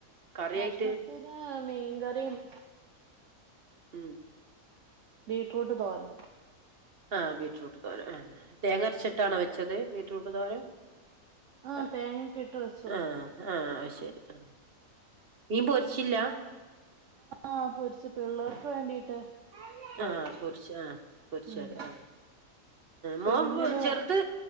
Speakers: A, on the right (about 45°); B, on the right (about 60°).
A: കറിയായിട്ട്
B: ഭക്ഷണത്തിന് മീൻകറിയും ചോറും
A: ഉം <inaudible> <unintelligible>
B: ബീറ്റ്‌റൂട്ട് തോരനും <inaudible> <unintelligible>
A: ആഹ് ബീട്റൂട്ട് തോരൻ ആ തേങ്ങരച്ചിട്ടാണോ വെച്ചത് ബീറ്റ്റൂട്ട് തോരൻ?
B: ആ
A: അതേ
B: തേങ്ങക്കെ ഇട്ട് വെച്ചു
A: ആ ആ അത് ശരി ആ മീൻ പൊരിച്ചില്ല
B: ആ പൊരിച്ച് പിള്ളേർക്ക് വേണ്ടീട്ട് പൊരിച്ചു
A: ആ പൊരിച്ച് ആ പൊരിച്ച്
B: ഉം
A: അതേ ആ മോൻ
B: പെണ്ണിന്
A: ചെറുത്